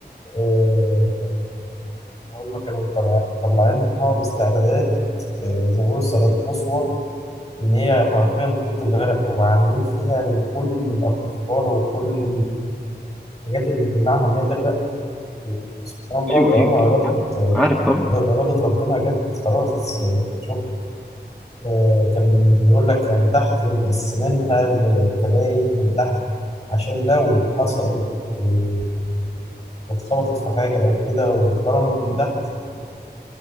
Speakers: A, on the left; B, in the centre.
A: آه، هما كانوا مطلع- مطلعينها باستعدادات آه، زي ما بيقولوا استعدادات قصوى إن هي حرفيا ضد الغرق وعاملين فيها كل الأفكار وكل الحاجات اللي تمنعها إنها تغرق وسبحان الله
B: أيوه
A: طالما
B: أيوه
A: إرادة
B: أيوه عارف عارف طبعا
A: إرادة ربنا جت خلاص آه، شكرا آه، كان بيقول لك يعني تحت مقسمينها لكباين من تحت عشان لو حصل و- واتخبطت في حاجة أو كده واتخرمت من تحت